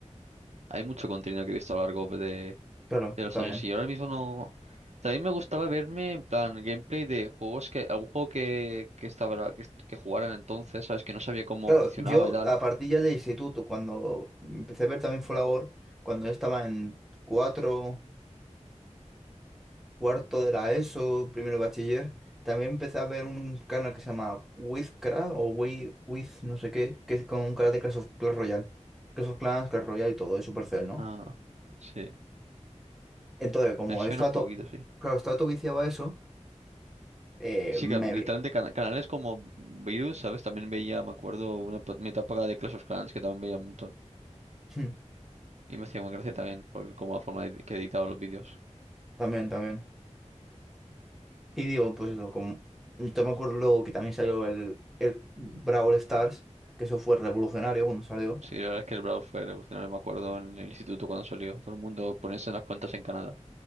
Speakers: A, on the right; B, in the centre.
A: hay mucho contenido que he visto a lo largo de,
B: Claro,
A: de los
B: está
A: años
B: bien.
A: y ahora mismo no. También me gustaba verme en plan gameplay de juegos que, algún juego que, que estaba, que, est- que jugaran entonces, ¿sabes? Que no sabía cómo
B: Claro,
A: funcionaba
B: yo
A: y tal.
B: a partir ya de instituto, cuando empecé a ver también Folagor, cuando yo estaba en cuatro, cuarto de la ESO, primero de bachiller, también empecé a ver un canal que se llama Wizcra o With, With no sé qué, que es con un canal de Clash of Clash Royale. Clash of Clans, Clash Royale y todo, de Supercell, ¿no?
A: Ah, sí.
B: Entonces, como
A: Me suena
B: yo estaba
A: un poquito,
B: todo,
A: sí.
B: claro, estaba todo viciado a eso, eh,
A: Sí,
B: me
A: que literalmente
B: vi.
A: cana- canales como Virus, ¿sabes? También veía, me acuerdo, una ep- mi etapa de Clash of Clans que también veía un montón.
B: <laughs>
A: Y me hacía muy gracia también, por como la forma de- que editaba los vídeos.
B: También, también. Y digo, pues eso, como yo me acuerdo luego que también salió el, el Brawl Stars, que eso fue revolucionario cuando salió,
A: Sí, la verdad es que el Brawl fue revolucionario, me acuerdo en el instituto cuando salió. Todo el mundo poniéndose en las cuentas en Canadá.